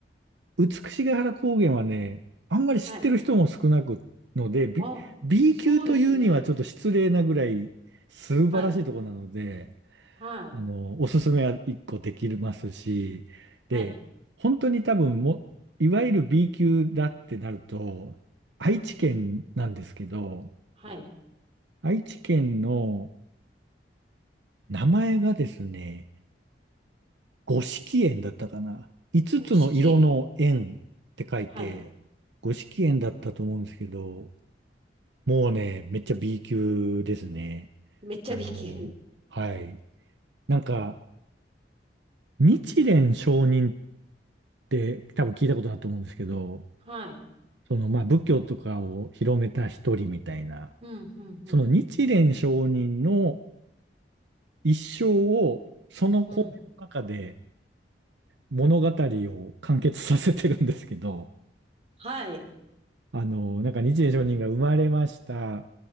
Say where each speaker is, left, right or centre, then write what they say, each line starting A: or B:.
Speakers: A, on the right (about 80°); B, on the right (about 35°).
A: 美しが原高原はね、あんまり知ってる人も少なくので、
B: はい。<laughs>
A: B、
B: あ、
A: B
B: そうですね。
A: 級というにはちょっと失礼なぐらい素晴らしいとこなので、
B: はい。はい。
A: あの、おすすめは一個できますし、で、
B: はい。
A: 本当に多分も、いわゆる B 級だってなると、愛知県なんですけど、
B: うん、うん。はい。
A: 愛知県の名前がですね、五色園だったかな。五つつの色の園って書いて、
B: 五色園。はい。
A: 五色園だったと思うんですけど、もうね、めっちゃ B 級ですね。
B: めっちゃ
A: あの、
B: B 級。
A: はい。なんか、日蓮聖人って多分聞いたことだと思うんですけど、
B: はい。
A: その、まあ、仏教とかを広めた一人みたいな、
B: うん、うん、うん、
A: その日蓮聖人の一生を、その講演の中で
B: うん。
A: 物語を完結させてるんですけど、
B: はい。
A: あの、なんか日蓮上人が生まれました。